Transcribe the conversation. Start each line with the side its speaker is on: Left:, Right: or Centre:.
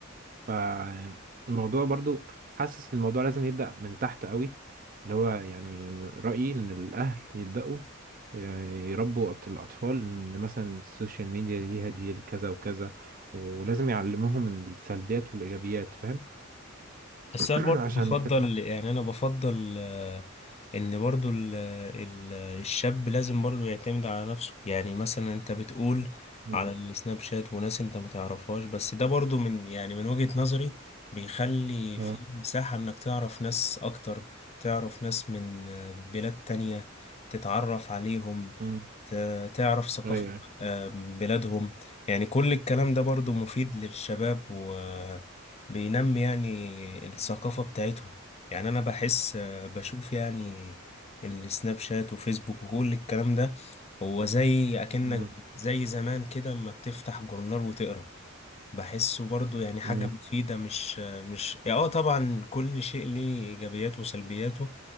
Right: فالموضوع برضو حاسس الموضوع لازم يبدأ من تحت قوي اللي هو يعني رأيي ان الاهل يبدأوا يربوا أط- الأطفال إن مثلا السوشيال ميديا ليها دي كذا وكذا ولازم يعلموهم السلبيات والإيجابيات فاهم
Left: بس
Right: <clears throat>
Left: انا برضه
Right: عشان
Left: بفضل
Right: الفيلم
Left: يعني انا بفضل آه، ان برضه ال- ال- الشاب لازم برضه يعتمد على نفسه يعني مثلا انت بتقول
Right: مم.
Left: على السناب شات وناس انت ما تعرفهاش بس ده برضه من يعني من وجهة نظري بيخلي
Right: اه
Left: في مساحة انك تعرف ناس اكتر تعرف ناس من آه، بلاد تانية تتعرف عليهم
Right: مم.
Left: ت- تعرف ثقافة
Right: ايوه
Left: آه، بلادهم يعني كل الكلام ده برضو مفيد للشباب وبينمي يعني الثقافة بتاعتهم يعني أنا بحس آه، بشوف يعني السناب شات وفيسبوك وكل الكلام ده هو زي أكنك
Right: مم.
Left: زي زمان كده أما بتفتح جورنال وتقرأ بحسه برضو يعني حاجة
Right: مم.
Left: مفيدة مش آه، مش اه طبعا كل شيء ليه إيجابياته وسلبياته